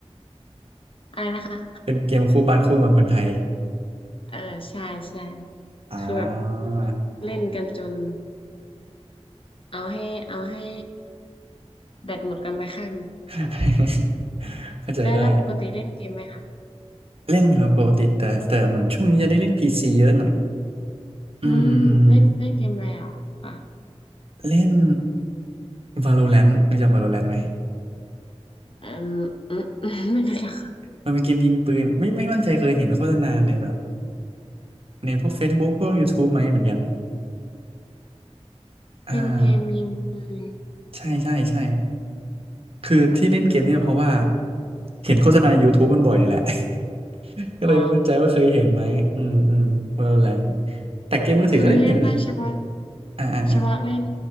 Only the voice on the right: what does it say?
เป็นเกมคู่บ้านคู่เมืองคนไทย
อ่
า
<laughs> เข้าใจได้
เล่นครับปกติแต่แต่เหมือนช่วงนี้จะได้เล่นพีซีเยอะหน่อย อืม
เล่น Valorant รู้จัก Valorant ไหม
มันเป็นเกมยิงปืนไม่ไม่มั่นใจเคยเห็นโฆษณาในแบบในพวก Facebook พวก YouTube ไหมเหมือนกันอ่า
ใช่ใช่ใช่คือที่เล่นเกมเนี่ยเพราะว่าเห็นโฆษณา YouTube มันบ่อยนี่แหละ <laughs> ก็เลยไม่มั่นใจว่าเคยเห็นไหมอืมอืม
Valorant แต่เกมมือถือก็เล่นอยู่นะ
อ่าอ่าอ่า